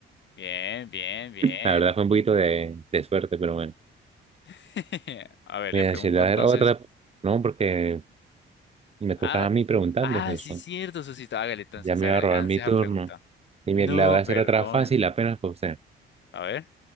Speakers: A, on the left; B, on the right.
A: Bien, bien, bien.
B: La verdad fue un poquito de, de suerte, pero bueno.
A: <laughs> A ver,
B: Voy
A: le
B: a
A: pregunto
B: decirle a
A: entonces.
B: ver otra, no, porque me
A: Ah,
B: tocaba a mí preguntarles
A: ah,
B: eso.
A: sí, cierto, Susito. Hágale entonces,
B: Ya me
A: hágale,
B: iba a robar
A: lance
B: mi turno.
A: esa pregunta.
B: Y
A: No,
B: mire, le voy a hacer
A: perdóneme.
B: otra fácil apenas para usted.
A: A ver.